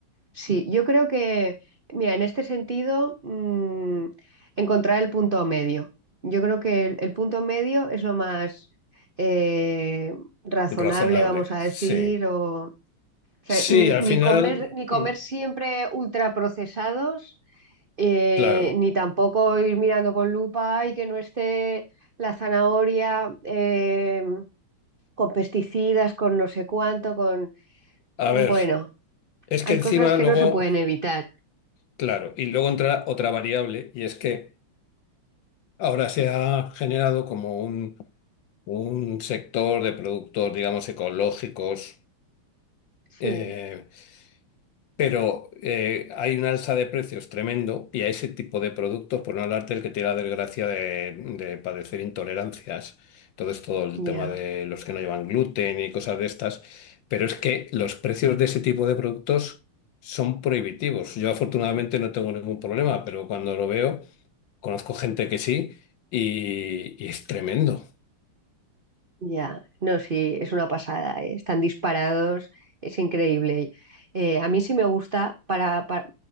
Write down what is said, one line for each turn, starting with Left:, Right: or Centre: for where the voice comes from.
Right: Sí, yo creo que, mira, en este sentido, mm, encontrar el punto medio. Yo creo que el, el punto medio es lo más eh, razonable,
Left: Razonable,
Right: vamos a
Left: sí.
Right: decir, o, o sea,
Left: Sí,
Right: ni,
Left: al
Right: ni
Left: final,
Right: comer, ni comer
Left: mm,
Right: siempre ultraprocesados, eh,
Left: claro.
Right: ni tampoco ir mirando con lupa y que no esté la zanahoria eh, con pesticidas, con no sé cuánto, con...
Left: A
Right: Bueno,
Left: ver, es
Right: hay
Left: que encima
Right: cosas que
Left: luego,
Right: no se pueden evitar.
Left: claro, y luego entra otra variable, y es que ahora se ha generado como un, un sector de productos, digamos, ecológicos.
Right: Sí.
Left: eh, Pero eh, hay un alza de precios tremendo y a ese tipo de productos, por no hablar del que tiene la desgracia de, de padecer intolerancias, entonces todo el
Right: Ya,
Left: tema de los que no llevan gluten y cosas de estas, pero es que los precios de ese tipo de productos son prohibitivos. Yo afortunadamente no tengo ningún problema, pero cuando lo veo, conozco gente que sí y, y es tremendo.
Right: ya. No, sí, es una pasada, ¿eh? Están disparados, es increíble. Eh, a mí sí me gusta para, para,